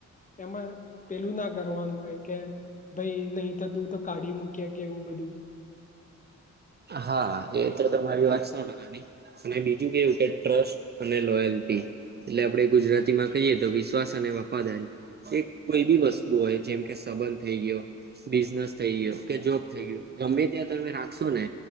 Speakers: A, on the left; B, on the right.
A: એમાં પેલું ના કરવાનું હોય કે ભાઈ નહી થતું તો કાઢી મૂક્યા કે એવું બધું
B: હા એ તો તમારી વાત સો ટકાની અને બીજું કેવું કે ટ્રસ્ટ અને લોયલ્ટી એટલે આપણે ગુજરાતી માં કહીએ તો વિશ્વાસ અને વફાદારી કે કોઈ બી વસ્તુ હોય જેમ કે સંબંધ થઈ ગયો બિઝનેસ થઈ ગયો કે જોબ થઈ ગયયો ગમે ત્યાં તમે રાખશો ને